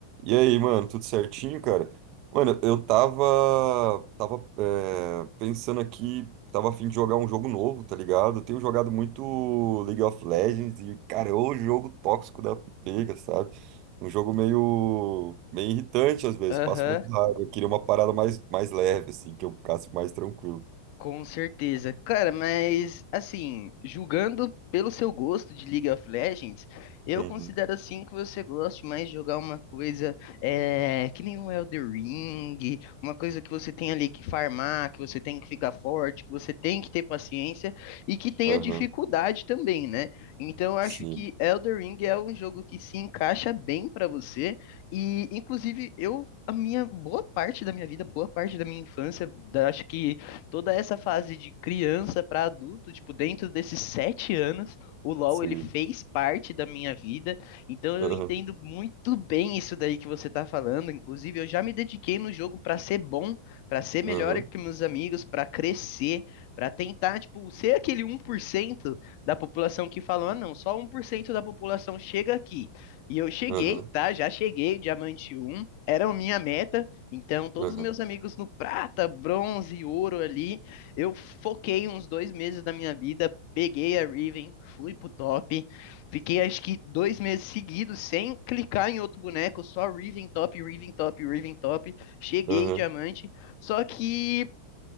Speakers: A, on the right; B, on the left.
A: E aí, mano, tudo certinho, cara? Mano, eu tava, tava é, pensando aqui, tava a fim de jogar um jogo novo, tá ligado? Eu tenho jogado muito League of Legends e, cara, é o jogo tóxico da pega, sabe? Um jogo meio, meio irritante às vezes,
B: Aham.
A: passo muito raiva. Eu queria uma parada mais, mais leve, assim, que eu ficasse mais tranquilo.
B: Com certeza. Cara, mas assim, julgando pelo seu gosto de League of Legends, eu
A: Uhum,
B: considero assim que você gosta mais de jogar uma coisa eh, que nem um Elden Ring, uma coisa que você tem ali que farmar, que você tem que ficar forte, que você tem que ter paciência e que tenha
A: aham,
B: dificuldade também, né? Então eu acho
A: sim,
B: que Elden Ring é um jogo que se encaixa bem pra você e, inclusive, eu. A minha boa parte da minha vida, boa parte da minha infância, da- acho que toda essa fase de criança para adulto, tipo, dentro desses sete anos, o LoL
A: sim,
B: ele fez parte da minha vida, então eu
A: aham,
B: entendo muito bem isso daí que você tá falando. Inclusive, eu já me dediquei no jogo para ser bom, para ser melhor
A: aham,
B: que meus amigos, para crescer, para tentar, tipo, ser aquele um por cento da população que falam, ah, não, só um por cento da população chega aqui. E eu cheguei,
A: aham,
B: tá? Já cheguei, diamante um era a minha meta, então, todos
A: aham,
B: os meus amigos no prata, bronze, ouro ali, eu foquei uns dois meses da minha vida, peguei a Riven, fui pro top, fiquei acho que dois meses seguidos sem clicar em outro boneco, só Riven top, Riven top, Riven top, cheguei
A: aham,
B: diamante, só que